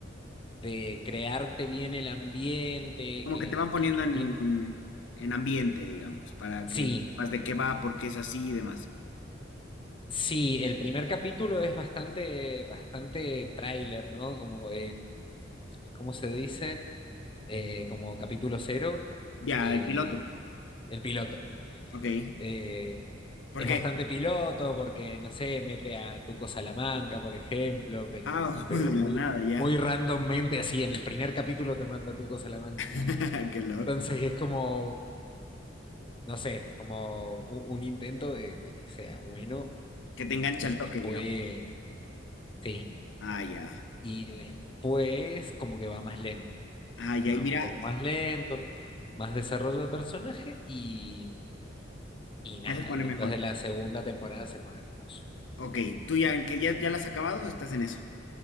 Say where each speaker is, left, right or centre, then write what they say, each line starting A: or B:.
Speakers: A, on the left; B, on the left.
A: de crearte bien el ambiente,
B: Como
A: que,
B: que te van poniendo
A: que entien-
B: en, en ambiente, digamos, para
A: Sí,
B: que sepas de qué va, por qué es así y demás.
A: sí, el primer capítulo es bastante, bastante tráiler, ¿no? Como, eh, ¿cómo se dice? Eh, como capítulo cero,
B: Ya,
A: eh,
B: el piloto.
A: el piloto.
B: Ok.
A: Eh,
B: ¿Por
A: es
B: qué?
A: bastante piloto porque, no sé, mete a Tuco Salamanca, por ejemplo, pero,
B: Ah, <laughs>
A: pero
B: de
A: muy,
B: la nada, ya.
A: muy randommente, así en el primer capítulo te manda a Tuco Salamanca.
B: <laughs> Qué loco.
A: Entonces es como, no sé, como u- un intento de, de que sea bueno
B: Que te engancha
A: y
B: el toque,
A: después,
B: digamos.
A: sí,
B: Ah, ya.
A: y después como que va más lento,
B: Ah,
A: va
B: ya. Y mira,
A: un poco más lento, más desarrollo de personaje y, y nada,
B: ya se pone
A: después
B: mejor.
A: de la segunda temporada se pone hermoso.
B: Ok. ¿Tú ya, en qué- ya, ya la has acabado o estás en eso?